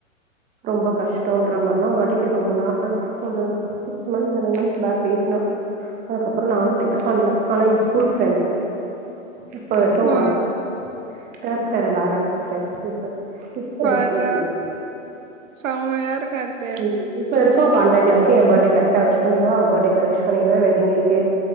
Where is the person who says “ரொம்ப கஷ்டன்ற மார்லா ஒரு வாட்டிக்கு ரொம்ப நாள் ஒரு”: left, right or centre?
Right